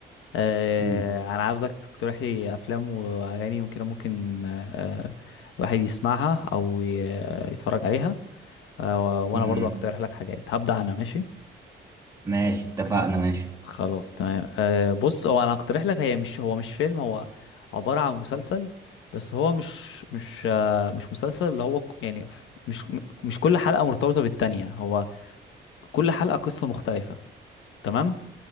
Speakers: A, on the left (about 80°); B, on the right (about 15°).
A: آه،
B: مم.
A: انا عاوزك تقترح لي افلام واغاني ممكن ممكن آه، الواحد يسمعها او ي- يتفرج عليها آه، وانا
B: مم.
A: برضو هقترح لك حاجات هبدأ انا ماشي
B: ماشي اتفقنا ماشي
A: خلاص تمام أه بص هو انا هقترح لك هي مش هو مش فيلم هو عبارة عن مسلسل بس هو مش مش آه، مش مسلسل اللي هو ك- يعني مش مش كل حلقة مرتبطة بالتانية هو كل حلقة قصة مختلفة تمام